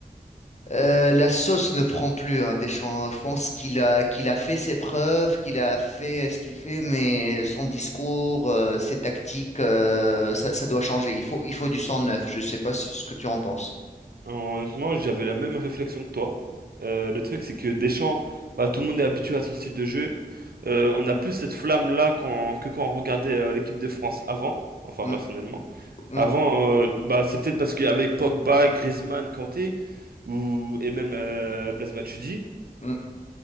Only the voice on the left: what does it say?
euh, la sauce ne prend plus. Hein, Deschamps, je pense qu'il a qu'il a fait ses preuves, qu'il a fait euh, ce qu'il fait, mais son discours, euh, ses tactiques, euh, ça, ça doit changer. Il faut il faut du sang neuf. Je ne sais pas si- ce que tu en penses.
Hum,
hum,
hum.